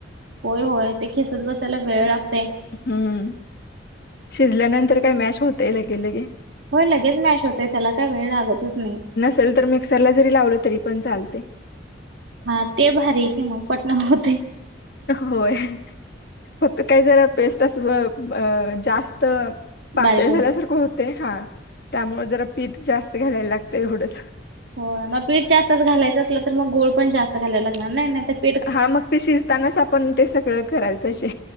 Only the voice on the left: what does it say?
हम्म. शिजल्यानंतर काय मॅश होतय लगे लगे.
नंतर मिक्सरला जरी लावलं तरी पण चालतय.
होय. फक्त काही जरा पेस्ट अस अ जास्त पातळ
झाल्यासारखं
होत- ते हा, त्यामुळे जरा पीठ जास्त घालायला लागतं एवढंच.
हा मग ते शिजतानाच आपण ते सगळं करायला पाहिजे,